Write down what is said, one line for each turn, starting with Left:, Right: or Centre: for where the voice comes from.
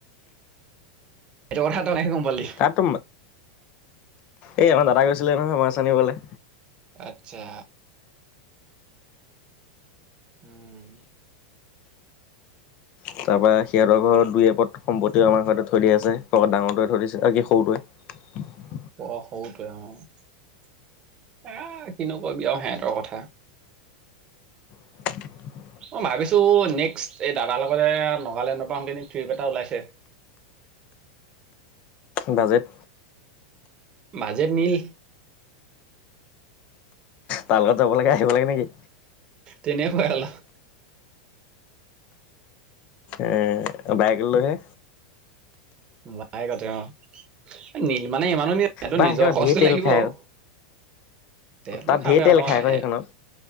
Right: এইটো কথা তই কেনেকৈ গম পালি
Left: তাততো, এই আমাৰ দাদা গৈছিলে নহয় মাছ আনিবলৈ।
Right: আচ্ছা। উম।
Left: তাৰ পৰ সিহঁতৰ ঘৰৰ দুই এপদ সম্পত্তিও আমাৰ ঘৰতে থৈ দি আছে, ডাঙৰটোৱে থৈ দিছে অ' কি সৰুটোৱে। <inaudible>
Right: অ' সৰুতোৱে অ'। এই, কিনো কবি আৰু সিহঁতৰ কথা।
Left: <inaudible>
Right: মই ভাবিছো নেক্সট এই দাদাৰ লগতে নগালেণ্ডৰ পৰা আহোগৈ নেকি, ট্ৰিপ এটা ওলাইছে।
Left: বাজেট?
Right: Budget nil.
Left: তাৰ লগত যাব লাগে আহিব লাগে নেকি?
Right: তেনেকুৱাই অলপ।
Left: এই, বাইক লইহে?
Right: বাইকেৰে অ' নীল মানে ইমানো নীল সেইটো
Left: তাই
Right: নিজৰ
Left: সেইখনত
Right: খৰচটো
Left: ধেৰ তেল
Right: লাগিব
Left: খাই
Right: আৰু।
Left: আক
Right: তেলটো
Left: তাত
Right: খাব
Left: ঢেৰ তেল
Right: অ' ন'
Left: খাই আকৌ
Right: সেই
Left: সেইখনত